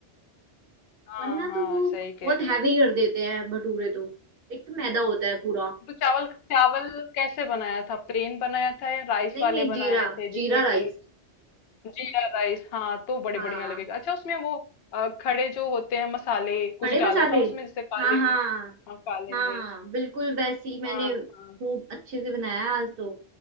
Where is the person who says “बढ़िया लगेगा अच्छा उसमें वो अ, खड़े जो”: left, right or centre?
Left